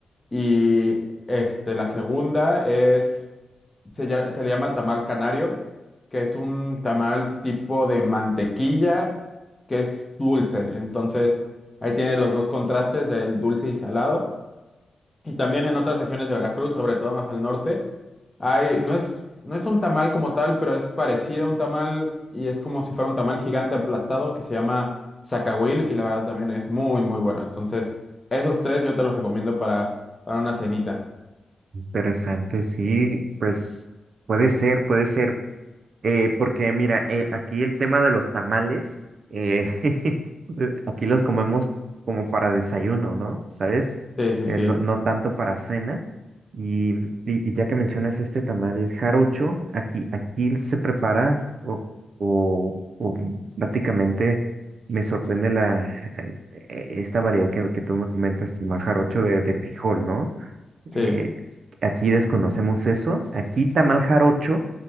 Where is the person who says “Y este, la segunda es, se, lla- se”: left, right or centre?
Left